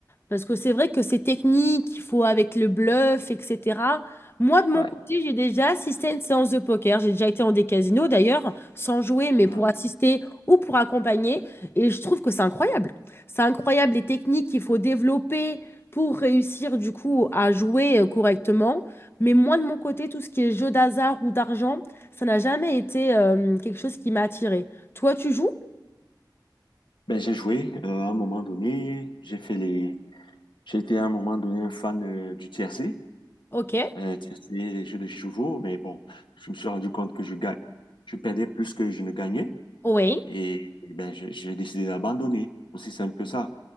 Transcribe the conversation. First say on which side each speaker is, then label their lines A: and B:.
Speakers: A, on the left; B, on the left.
A: Parce que c'est vrai que c'est technique, il faut avec le bluff, etc. Moi, de mon
B: Ouais.
A: côté, j'ai déjà assisté à une séance de poker. J'ai déjà été dans des casinos, d'ailleurs, sans jouer, mais pour
B: Hmm.
A: assister ou pour accompagner. Et je trouve que c'est incroyable. C'est incroyable les techniques qu'il faut développer pour réussir, du coup, à jouer euh, correctement. Mais moi, de mon côté, tout ce qui est jeu d'hasard ou d'argent, ça n'a jamais été euh, quelque chose qui m'a attirée. Toi, tu joues?
B: Ben j'ai joué euh, à un moment donné, j'ai fait les j'ai été à un moment donné un fan euh, du tiercé,
A: Ok,
B: euh, tiercé, les jeux de chevaux, mais bon, je me suis rendu compte que je gagne je perdais plus que je ne gagnais
A: oui.
B: et, et ben j'ai j'ai décidé d'abandonner. Aussi simple que ça.